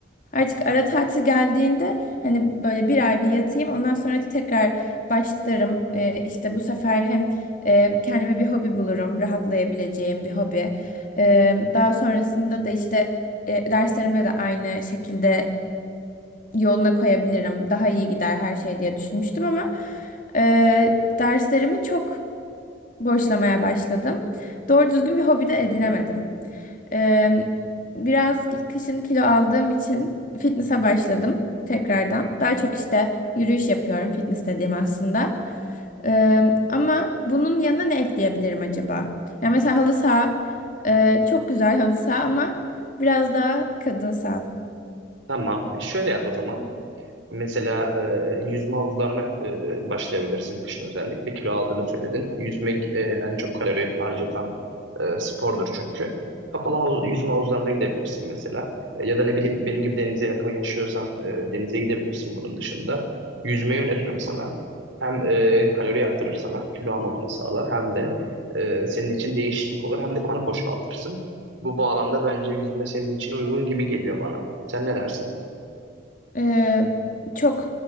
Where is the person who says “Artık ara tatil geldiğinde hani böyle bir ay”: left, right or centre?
Left